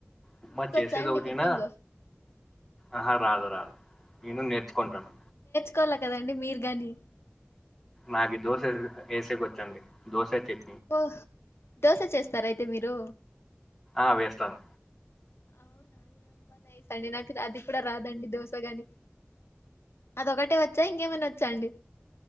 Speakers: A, in the centre; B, on the left.
A: ఉప్మా
B: మీకొచ్చా
A: చేసేది
B: అండి
A: ఒకటేనా
B: కుకింగ్
A: ఆహా రాదు రాదు నేను నె ర్చ్కొంటాన్
B: కోల్ల కదండి మీరు గాని
A: నాకి దోశ ఏసేక్ వచ్చండి దోస చెట్
B: ఓహ్ దోశ చెస్తార అయితే మీరు
A: ఆ వేస్తాను
B: అవునా వేస్ అండి నాకు అది కూడా రాదండి దోశగాని అదొకటే వచ్చా ఇంకేమైనా వచ్చా అండి